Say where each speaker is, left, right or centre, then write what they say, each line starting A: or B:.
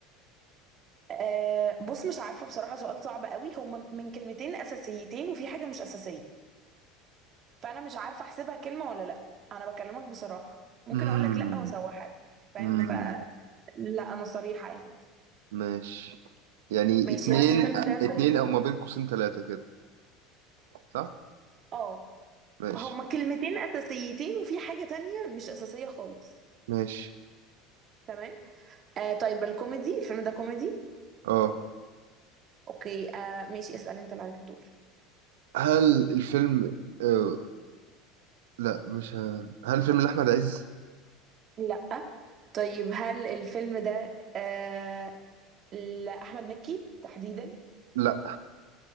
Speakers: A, on the right (about 40°); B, on the right (about 85°).
A: أه بص مش عارفه بصراحه سؤال صعب قوي هما من كلمتين اساسيتين وفي حاجه مش اساسيه فانا مش عارفه احسبها كلمه ولا لا انا بكلمك بصراحه ممكن
B: امم
A: اقول لك لا واسوحك فاهم
B: امم
A: لا انا صريحة يعني
B: ماشي يعني
A: ماشي
B: اتنين
A: هل الفيلم ده كوميدي
B: اتنين او ما بين قوسين تلاتة كده صح
A: اه
B: ماشي
A: هما كلمتين اساسيتين وفي حاجة تانية مش اساسية خالص
B: ماشي
A: تمام آه طيب الكوميدي الفيلم ده كوميدي
B: اه
A: اوكي آه ماشي اسأل انت اللي عليك الدور
B: هل الفيلم آه لا مش ه... هل الفيلم لأحمد عز؟
A: لا طيب هل الفيلم ده آه لأحمد مكي تحديدا
B: لا